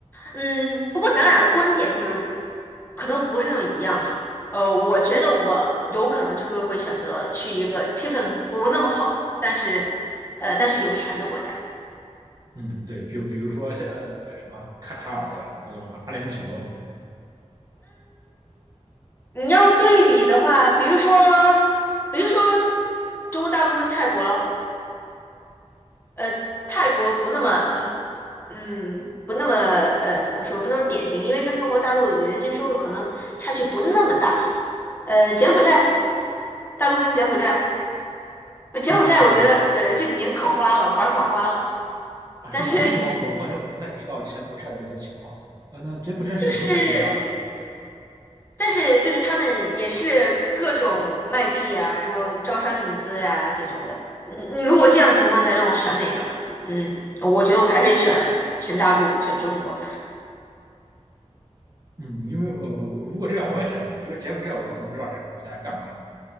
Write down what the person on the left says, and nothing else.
嗯，不过咱俩的观点就是可能不是那么一样哈。呃，我觉得我有可能就是会选择去一个气氛不那么好的，但是呃，但是有钱的国家。
你要对比的话，比如说，比如说中国大陆跟泰国咯，呃，泰国不那么呃嗯，不那么呃，怎么说，不那么典型，因为跟中国大陆的人均收入可能差距不那么大哈。呃，柬埔寨，大陆跟柬埔寨，呃柬埔寨我觉得呃这几年可花了，
玩儿可花了，
但是 <laughs>
就是
但是就是他们也是各种卖地呀、然后招商引资呀、这种的。嗯，你如果这样的情况下让我选哪个呢？嗯，我觉得我还是选选大陆，选中国。